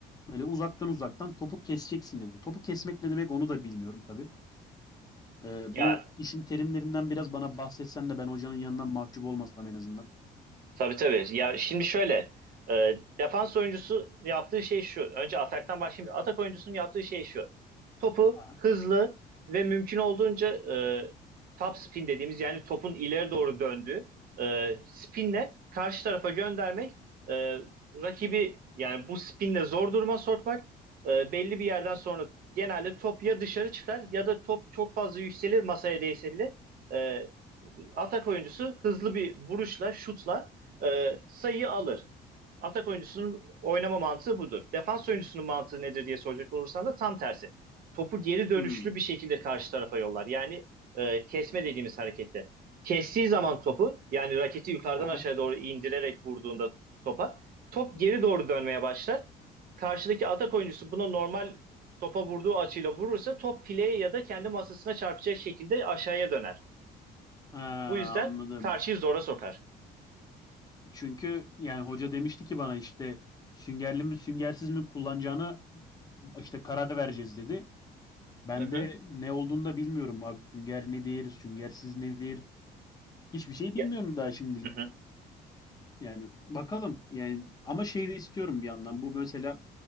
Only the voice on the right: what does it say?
Ya
tabii tabii. Ya şimdi şöyle e, defans oyuncusu yaptığı şey şu. Önce ataktan başlayayım. Atak oyuncusunun yaptığı şey şu. Topu
hızlı ve mümkün olduğunca e, top spin dediğimiz yani topun ileri doğru döndüğü e, spinle karşı tarafa göndermek, e, rakibi yani bu spinle zor duruma sokmak e, belli bir yerden sonra genelde top ya dışarı çıkar ya da top çok fazla yükselir masaya değse bile e, atak oyuncusu hızlı bir vuruşla, şutla e, sayıyı alır. Atak oyuncusunun oynama mantığı budur. Defans oyuncusunun mantığı nedir diye soracak olursan da tam tersi topu geri dönüşlü
bir şekilde karşı tarafa yollar. Yani e, kesme dediğimiz hareketle. Kestiği zaman topu yani raketi yukarıdan
aşağı doğru indirerek vurduğunda topa top geri doğru dönmeye başlar. Karşıdaki atak oyuncusu bunu normal topa vurduğu açıyla vurursa top fileye ya da kendi masasına çarpacak şekilde aşağıya döner.
Bu yüzden
karşıyı zora sokar.
Hı hı.
Ya,
hı hı.